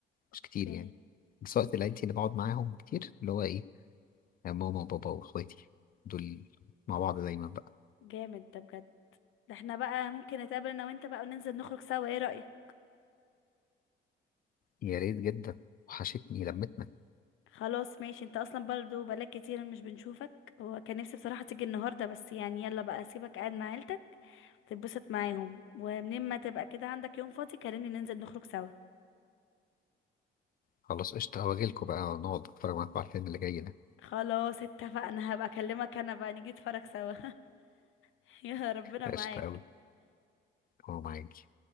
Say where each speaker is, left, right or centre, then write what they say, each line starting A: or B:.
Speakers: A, on the left; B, on the left.
A: مش
B: اوكي
A: كتير يعني بس وقت العيلتي اللي بقعد معاهم كتير اللي هو إيه ماما وبابا وإخواتي دول مع بعض دايما بقى
B: جامد ده بجد ده احنا بقى ممكن نتقابل انا وانت بقى وننزل نخرج سوا ايه رأيك
A: يا ريت جدا وحشتني لمتنا
B: خلاص ماشي انت اصلا برضو بقالك كتير مش بنشوفك هو كان نفسي بصراحة تيجي النهاردة بس يعني يلا بقى اسيبك قاعد مع عيلتك تتبسط معاهم ومنين ما تبقى كده عندك يوم فاضي كلمني ننزل نخرج سوا
A: خلاص قشطة هواجيلكوا بقى ونقعد نتفرج معاكوا على الفيلم اللي جاي ده
B: خلاص اتفقنا هبقى اكلمك انا بقى نيجي نتفرج سوا <laughs> يا ربنا
A: قشطة
B: معاك
A: أوي هو معاكي